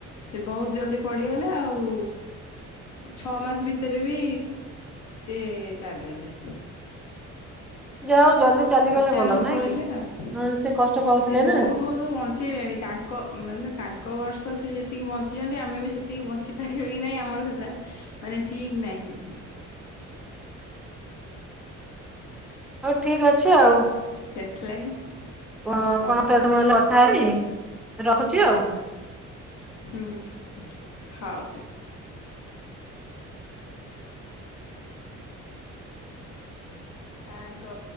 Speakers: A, on the left; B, in the centre.
A: ସେ ବହୁତ ଜଲଦି ପଡିଗଲେ ଆଉ ଛଅ ମାସ। ଭିତରେ ବି ସେି ଚାଲିଗଲେ।
B: ଯ ଆଉ ଜଲଦି ଚାଲିଗଲେ
A: ଅଚାନକ
B: ଭଲ ନାଇଁ
A: ପଳେଇଲେ
B: କି
A: ଆଉ।
B: ନହେଲେ ସେ କଷ୍ଟ ପାଉଥିଲେ
A: ସେ ବହୁତ
B: ନା।
A: ବର୍ଷ ବଞ୍ଚେଇଲେଣି ତାଙ୍କ ମାନେ ତାଙ୍କ ବର୍ଷ ସେ ଯେତିକି ବଞ୍ଚିଛନ୍ତି ଆମେ ବି ଏତିକି ବଞ୍ଚି ପାରିବ କି ନାଇଁ ଆମର ସେଟା ମାନେ ଠିକ ନାହିଁ।
B: ହଉ ଠିକ ଅଛି ଆଉ
A: ସେଥିଲାଗି
B: କଣ?
A: ହଉ
B: ତଲେ କଥା ହେନି ରଖୁଛି ଆଉ।
A: ହୁଁ ହଉ। ଆଗ